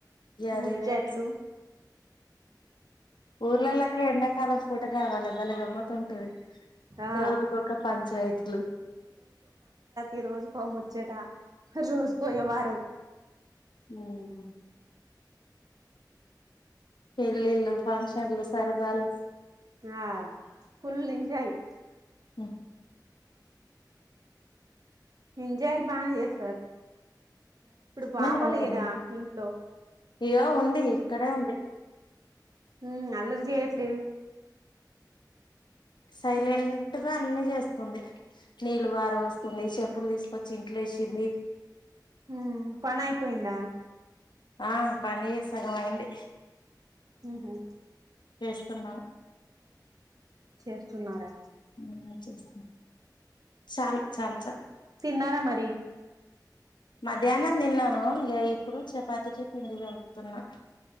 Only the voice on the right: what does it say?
ముచాట్లు
ఆ
ఈ రోజు కొమ్ము చ్చట రోజు పోయే వారం
ఆ ఫుల్ నింజయి్
ఎంజాయలు బాగా చేస్తారు ఇప్పుడు బాపాల
కదా
ఇంట్లో
హ అలర చేయట్లేదు
హ పణ ఆయిపోయిందా
ఉహుమ్
చేస్తున్నారా
తిన్నారా మరి